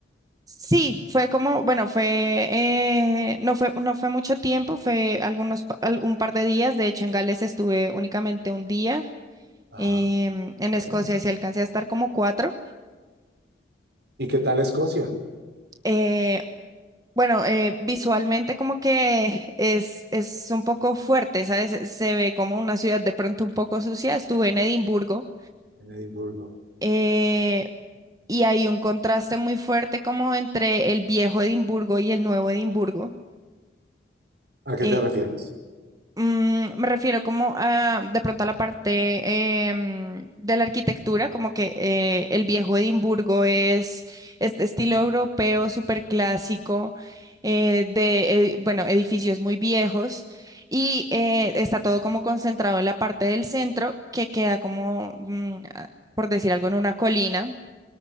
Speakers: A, on the right; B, on the right.
A: sí, fue como, bueno, fue, eh, no fue, no fue mucho tiempo, fue algunos, pa- al- un par de días. De hecho, en Gales estuve únicamente un día.
B: Ajá,
A: em, en
B: bueno.
A: Escocia sí alcancé a estar como cuatro.
B: ¿Y qué tal Escocia
A: Eh, bueno, eh, visualmente como que es, es un poco fuerte, ¿sabes? Se se ve como una ciudad de pronto un poco sucia. Estuve en Edimburgo
B: en Edimburgo?
A: eh, y hay un contraste muy fuerte como entre el viejo Edimburgo y el nuevo Edimburgo.
B: ¿A qué
A: eh,
B: te refieres?
A: Mm, me refiero como a, de pronto a la parte em, de la arquitectura, como que eh, el viejo Edimburgo es este estilo europeo súper clásico, eh, de, eh, bueno, edificios muy viejos y eh, está todo como concentrado en la parte del centro que queda como, mm, a- por decir algo, en una colina